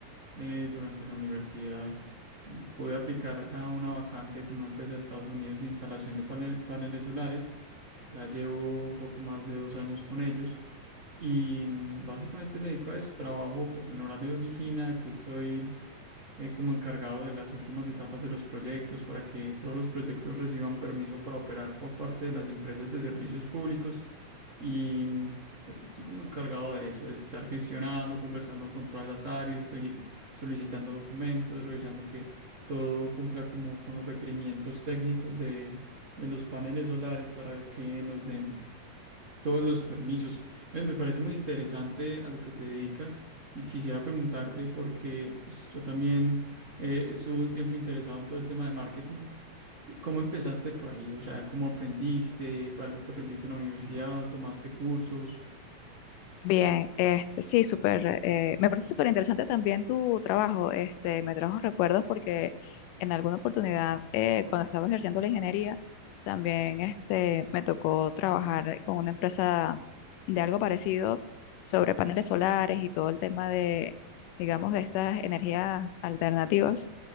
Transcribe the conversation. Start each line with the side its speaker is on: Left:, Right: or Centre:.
Right: eh, durante la universidad. eh, pude aplicar a una vacante con una empresa de Estados Unidos de instalación de panel- paneles solares. Ya llevo un poco más de dos años con ellos y mm, básicamente me dedico a eso. Trabajo pues en horario de oficina, que estoy eh, como encargado de las últimas etapas de los proyectos para que todos los proyectos reciban permiso para operar por parte de las empresas de servicios públicos y mm, pues estoy como encargado de eso, de estar gestionando, conversando con todas las áreas, pri- solicitando documentos, revisando que todo cumpla como con los requerimientos técnicos de, de los paneles solares para que nos den todos los permisos. Ven, Me parece muy interesante a lo que te dedicas. Y quisiera preguntarte porque pues, yo también eh, estuve un tiempo interesado en todo el tema de marketing. ¿Cómo empezaste por ahí? O sea, ¿cómo aprendiste? ¿Fue algo que aprendiste en la universidad? ¿Tomaste cursos?
Left: Bien, este, sí, súper, eh, me parece súper interesante también tu trabajo, este, me trajo recuerdos porque en alguna oportunidad, eh, cuando estaba ejerciendo la ingeniería, también, este, me tocó trabajar con una empresa de algo parecido sobre paneles solares y todo el tema de, digamos, de estas energías alternativas